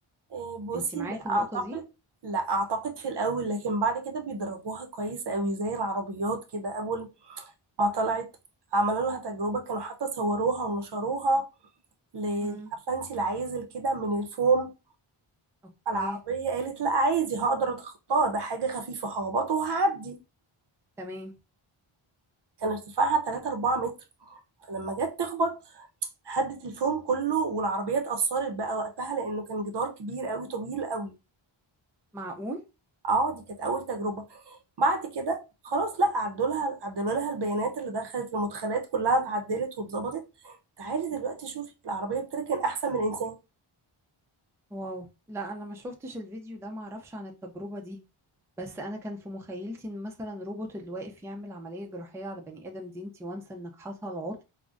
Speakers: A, on the right (about 55°); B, in the centre.
A: إيه بصي
B: انتي معايا
A: لا
B: في النقطة
A: أعتقد
B: دي؟
A: لا أعتقد في الأول لكن بعد كده بيدربوها كويس أوي زي العربيات كده أول ما طلعت عملوا لها تجربة كانوا حتى صوروها ونشروها ل-
B: مم.
A: عارفة انتي العازل كده من الفوم
B: اوكي
A: على العربية قالت لا عادي هقدر أتخطاها ده حاجة خفيفة هخبطه وهعدي
B: تمام
A: كان ارتفاعها 3 4 متر فلما جت تخبط هدت الفيلم كله والعربية اتأثرت بقى وقتها لأنه كان جدار كبير قوي طويل قوي
B: معقول
A: اه دي كانت أول تجربة بعد كده خلاص لا عدوا لها عدلوا لها البيانات اللي دخلت المدخلات كلها اتعدلت واتظبطت تعالي دلوقتي شوفي العربية بتركن أحسن من الإنسان
B: واو لا انا ما شفتش الفيديو ده ما اعرفش عن التجربة دي بس انا كان في مخيلتي ان مثلا روبوت اللي واقف يعمل عملية جراحية على بني ادم دي انتي وانس انك حصل عطل